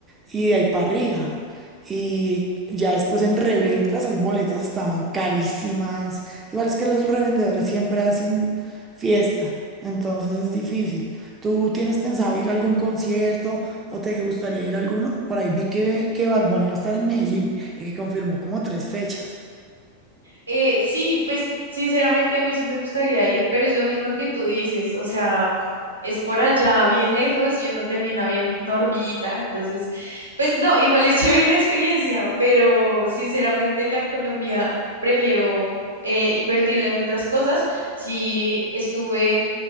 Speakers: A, on the right (about 20°); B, on the right (about 80°).
A: y de ahí para arriba. Y ya después en reventa esas boletas estaban carísimas. Igual es que los revendedores siempre hacen fiesta, entonces es difícil. ¿Tú tienes pensado ir a algún concierto o te gustaría ir a alguno? Por ahí vi que, que Bad Bunny va a estar en Medellín y que confirmó como tres fechas.
B: Eh, sí, pues sinceramente a mí sí me gustaría ir, pero es lo mismo que tú dices, o sea, es por allá bien lejos y uno termina viendo una hormiguita, entonces, pues no, igual es chévere la experiencia, pero sinceramente la economía prefiero eh, invertirla en otras cosas. Si estuve,